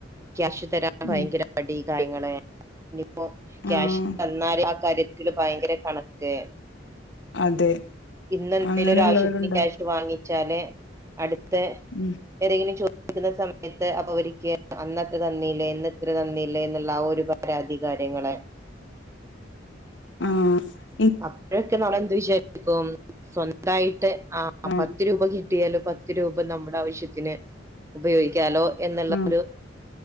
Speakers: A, on the right; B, on the left.
A: ക്യാഷ് തരാൻ ഭയങ്കര
B: ഉം
A: മടി. കാര്യങ്ങളെ ഇനി ഇപ്പൊ ക്യാഷ്
B: ആഹ്
A: തന്നാല് ആ കാര്യ- തിൽ ഭയങ്കര കണക്ക്,
B: അതെ
A: ഇന്ന് എന്തേലും
B: അങ്ങനെള്ളോരുണ്ട്
A: ഒരു ആവശ്യത്തിന് ക്യാഷ് വാങ്ങി വച്ചാല് അടുത്ത ത്തെ
B: ഉം
A: ഏതെങ്കിലും ചോ - ദിക്കുന്ന സമയത്ത് അപ്പൊ അവരിക്ക് അന്നത്ര തന്നില്ലേ ഇന്നിന്ത്ര തന്നില്ലേ എന്നുള്ള ഒരു പരാതി കാര്യങ്ങള്
B: ആഹ
A: അപ്പോഴൊക്കെ നമ്മള് എന്ത് വിചാരിക്കുംപ്പോ സ്വന്ത തായിട്ട് ആ
B: ആഹ്
A: പത്ത് രൂപ കി കിട്ടിയാല് പത്ത് രൂപ നമ്മുടെ ആവശ്യത്തിന് ഉപയോഗിക്കാലോ എന്നുള്ള
B: ആഹ്
A: ഒരു